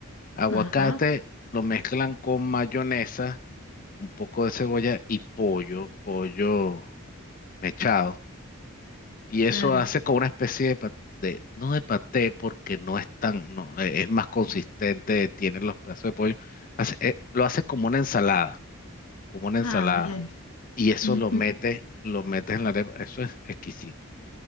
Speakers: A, on the left; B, on the left.
A: Aguacate
B: Ajá,
A: lo mezclan con mayonesa, un poco de cebolla y pollo, pollo mechado. Y eso
B: claro.
A: hace como una especie de paté, no de paté porque no es tan, no, eh, es más consistente, tiene los pedazos de pollo, hace- eh, lo hace como una ensalada, como una ensalada.
B: Ah, bien.
A: Y eso
B: Ujú.
A: lo metes, lo metes en la arepa, eso es exquisito,